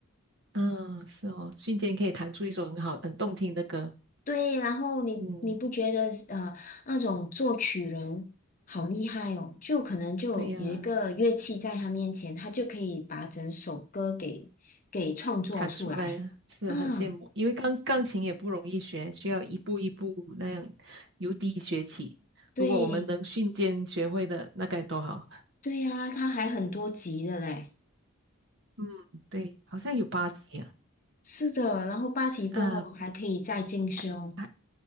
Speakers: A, on the right; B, on the left.
A: 嗯，是哦，瞬间可以弹出一首很好、很动听的歌。
B: 对，然后你你不觉得呃那种作曲人好厉害哦？
A: 嗯，
B: 就可能就有一个乐器在他面前，
A: 对呀、
B: 他就可以把整首歌给给创作出来。
A: 弹出来了是很羡慕，
B: 啊，
A: 因为钢钢琴也不容易学，需要一步一步那样由低学起。
B: 对
A: 如果我们能瞬间学会的，那该多好。
B: 对呀，他还很多级的嘞。
A: 嗯，对，好像有八级啊，
B: 是的，然后八级过后还可以再进修。
A: 啊，还还